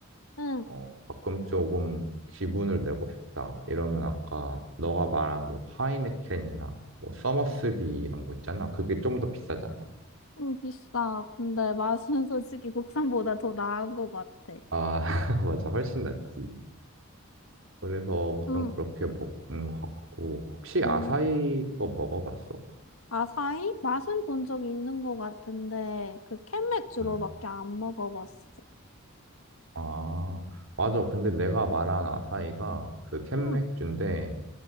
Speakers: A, on the left; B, on the right.
A: 응,
B: 어 가끔 조금 기분을 내고 싶다 이러면 아까 너가 말한 뭐 하이네켄이나 뭐 서머스비 이런 거 있잖아 그게 좀 더 비싸잖아
A: 좀 비싸. 근데 맛은 <laughs> 솔직히 국산보다 더 나은 것 같아.
B: 아 <laughs> 맞아 훨씬 낫지 그래서 보통
A: 응,
B: 그렇게 먹는 것 같고 혹시
A: 응
B: 아사히 거 먹어봤어?
A: 아사히? 맛은 본 적이 있는 것 같은데, 그 캔 맥주로밖에
B: 응.
A: 안 먹어봤어.
B: 아, 맞아. 근데 내가 말한 아사이가 그 캔
A: 응,
B: 맥주인데